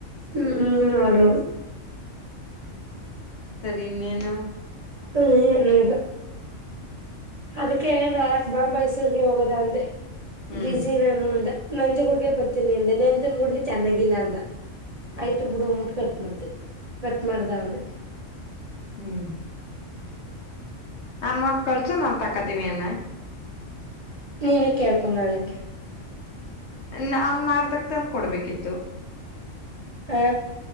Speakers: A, on the right; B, on the left.
A: ಹ್ಮ್ <unintelligible>
B: ಸರಿ ಇನ್ನೇನು
A: ಏನಿಲ್ಲ ಅದಕ್ಕ ನಾಳೆ ಬಾ ಮೈಸೂರ್ಗೆ ಹೋಗೋದ ಅಂದೆ
B: ಹ್ಮ್
A: ಬಿಸಿನಾನ ಅಂದ. ನಂಜು ಗುಡ್ಗ ಬತ್ತೀನಿ ಅಂದೆ ನಂಜನ್ ಗುಡ್ಲಿ ಚೆನ್ನಾಗಿಲ್ಲ ಅಂದ
B: ಹ್ಮ್
A: ಆಯ್ತು ಬಿಡು ಅನ್ಬಿಟ್ ಕಟ್. ಮಾಡ್ದ ಕಟ್ ಮಾಡ್ದ ಅವನೆ.
B: ಹ್ಮ್ ಅಮೌಂಟ್ ಕಳ್ಸು ನಾನು ತಕೋತೀನಿ.
A: ನಿನ್ನೆ ಕೇಳ್ಕು ನಾಳಕ್ಕೆ.
B: ನಾನ್ ಮಾಡ್ದಕ್ ತನ್ ಕೊಡ್ಬೇಕಿತ್ತು.
A: ಹಾ